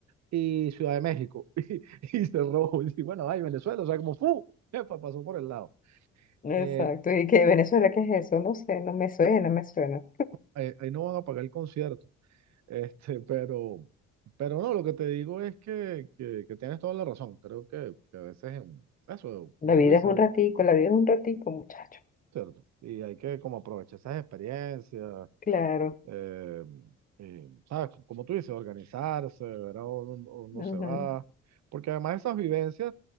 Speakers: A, on the right (about 65°); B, on the left (about 25°).
A: y Ciudad de México. <laughs> Y, y cerró. Y bueno, ay, Venezuela, o sea, como ¡fu! Epa, pasó por el lado.
B: Exacto,
A: Eh,
B: y que Venezuela, ¿qué es eso? No sé, no me suena, no me suena.
A: ahí, ahí no van a pagar el concierto. Este, pero, pero no, lo que te digo es que, que, que tienes toda la razón. Creo que, que a veces en eso,
B: La
A: como
B: vida
A: tú dices,
B: es un
A: Hugo,
B: ratico, la vida es un ratico, muchacho.
A: ¿cierto? Y hay que como aprovechar esas experiencias,
B: Claro,
A: Eh, eh, ¿sabes? Como tú dices, organizarse, verá o no, no
B: ujú,
A: se va. Porque además esas vivencias